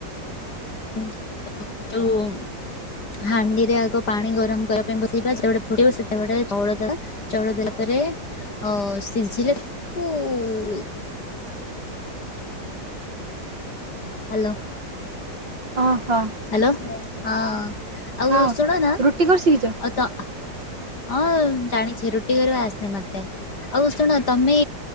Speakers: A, on the left (about 60°); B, on the right (about 80°).
A: <unintelligible> ହାଣ୍ଡିରେ ଆଗ ପାଣି ଗରମ କରିବା ପାଇଁ ବସେଇବା। ଯେତେବେଳେ ଫୁଟିବ ସେତେବେଳେ ଚାଉଳ ଦବା। ଚାଉଳ ଦେଲା ପରେ ଅ ସିଝିଲେ <unintelligible> ହାଲୋ।
B: ଓହୋ।
A: ହାଲୋ। ହଁ ଆଉ
B: ହଁ
A: ଶୁଣ ନା?
B: ରୁଟି କରି ଶିଖିଛ
A: ଆଉ ତ ହଁ ଜାଣିଛି ରୁଟି କରିବା ଆସେ ମତେ। ଆଉ ଶୁଣ ତମେ